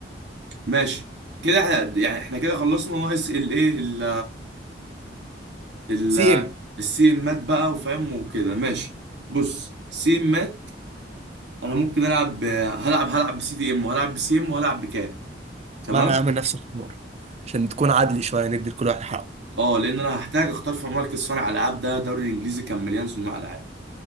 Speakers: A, on the right; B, on the right.
A: ماشي كده احنا قد- يعني احنا كده خلصنا ناقص الايه ال ال
B: سي ام
A: السي امات بقى وفاهم وكده ماشي بص سي امات انا ممكن العب ب- هلعب هلعب بسي دي ام وهلعب بسي ام وهلعب بكام تمام
B: ما انا هعمل نفس الحوار عشان تكون عادل شويه ندي لكل واحد حقه
A: اه لان انا هحتاج اختار في مركز صانع العاب ده الدوري الانجليزي كان مليان صناع العاب